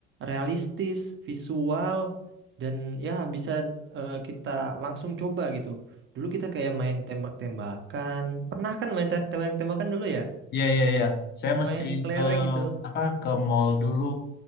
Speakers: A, on the right (about 35°); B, on the left (about 30°).
A: realistis, visual dan ya bisa eh, kita langsung coba gitu. Dulu kita kayak main tembak-tembakan, pernah kan main te- tembak-tembakan dulu ya,
B: Iya, iya, iya. Saya mesti
A: main kelereng
B: ke
A: gitu.
B: apa ke mall dulu